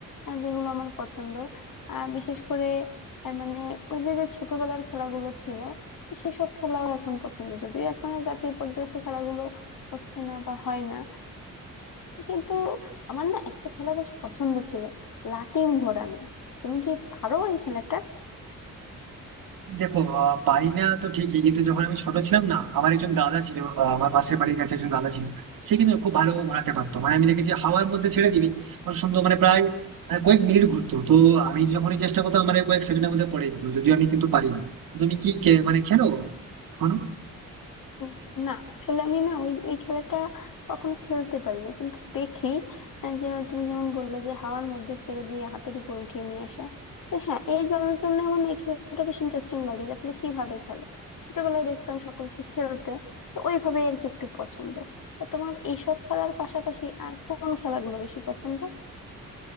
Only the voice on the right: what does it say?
দেখো আহ, পারি না তো ঠিকই কিন্তু যখন আমি ছোট ছিলাম না আমার একজন দাদা ছিল আহ, আমার পাশের বাড়ির কাছে একজন দাদা ছিল সে কিন্তু খুব ভালো ঘোরাতে পারতো মানে আমি দেখেছি হাওয়ার মধ্যে ছেড়ে দিবি মানে সুন্দর মানে প্রায় আহ, কয়েক মিনিট ঘুরতো তো আমি যখনই চেষ্টা করতাম আমার এই কয়েক সেকেন্ডের মধ্যে পড়ে যেত যদিও আমি কিন্তু পারি না তুমি কি খে- মানে খেলো এখনো